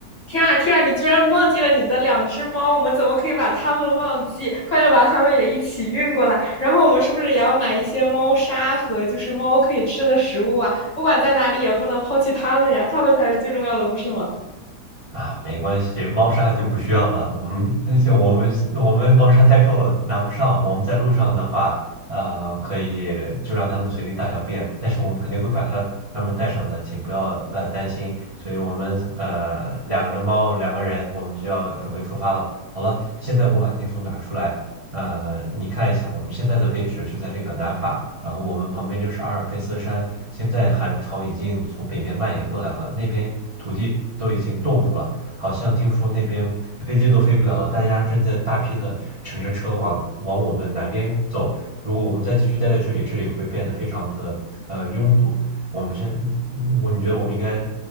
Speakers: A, on the left; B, on the right.
A: 天啊天啊！你居然忘记了你的两只猫，我们怎么可以把它们忘记？快点把它们也一起运过来。然后我们是不是也要买一些猫砂和就是猫可以吃的食物啊？不管在哪里也不能抛弃它们呀，它们才是最重要的，不是吗？
B: 啊，没关系，猫砂就不需要了。我们那些我们我们猫砂太重了，拿不上。我们在路上的话，呃，可以就让他们随地大小便，但是我们肯定会把它他们带上的，请不要呃担心。所以我们呃两个人猫两个人，我们就要准备出发了。好了，现在我把地图拿出来。呃，你看一下，我们现在的位置就在这个南法，然后我们旁边就是阿尔卑斯山。现在寒潮已经从北面蔓延过来了，那边土地都已经冻住了，好像听说那边飞机都飞不了了，大家正在大批的乘着车往往我们南边走。如果我们再继续待在这里，这里会变得非常的呃拥堵。我们先，嗯嗯我你觉得我们应该